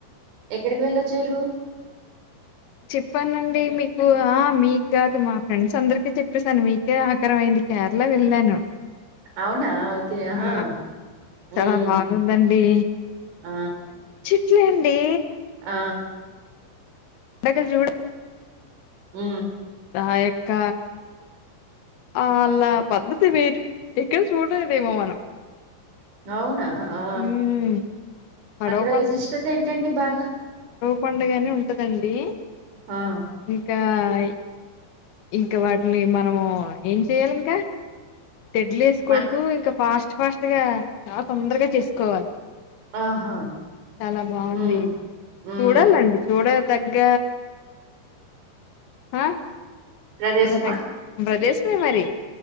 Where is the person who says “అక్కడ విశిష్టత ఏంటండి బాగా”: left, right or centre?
Right